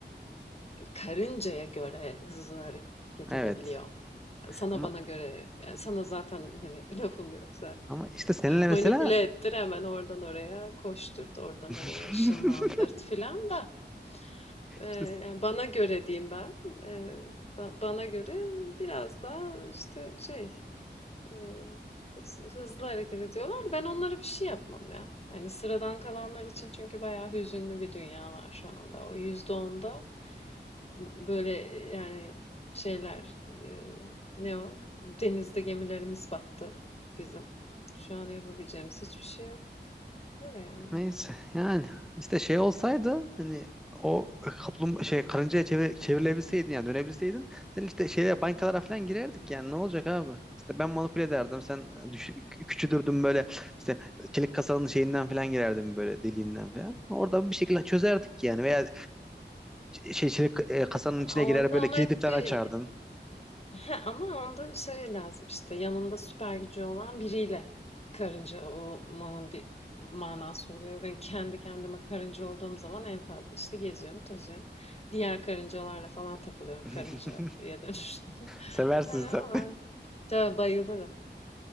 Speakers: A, on the left; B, in the centre.
A: karıncaya göre hızlı hareket
B: Evet.
A: edebiliyor. Sana
B: Ama
A: bana göre yani sana zaten hani <laughs> lafım yok
B: ama işte seninle mesela
A: Manipüle ettir hemen oradan oraya koşturt, oradan
B: <laughs>
A: oraya ışınlandırt filan da e,
B: işte
A: yani bana göre diyeyim ben. E, ba- bana göre biraz daha işte şey e, hı- hızlı hareket ediyorlar. Ben onlara bir şey yapmam ya. Yani sıradan kalanlar için çünkü bayağı hüzünlü bir dünya var şu anda. O yüzde onda böyle yani şeyler e, ne o? Denizde gemilerimiz battı bizim. Şu an yapabileceğimiz hiçbir şey yok. Öyle yani.
B: Neyse yani işte şey olsaydı hani o kaplum şey karıncaya çevir, çevrilebilseydin yani dönebilseydin sen işte şeyler bankalara falan girerdik yani ne olacak abi? İşte ben manipüle ederdim sen düş, küçülürdün böyle işte çelik kasanın şeyinden falan girerdim böyle deliğinden falan. Oradan bir şekilde çözerdik yani veya şey, çelik e, kasanın içine
A: Onda
B: girer böyle
A: ama
B: kilidi
A: hep
B: falan
A: bir
B: açardın.
A: <laughs> ama onda şey lazım işte yanında süper gücü olan biriyle karınca olmanın bir manası oluyor. Ben kendi kendime karınca olduğum zaman en fazla işte geziyorum, tozuyorum. Diğer karıncalarla falan takılıyorum
B: <laughs>
A: karıncaya dönüştüm. <laughs>
B: Seversin
A: Öyle
B: sen.
A: var. Ya bayılırım.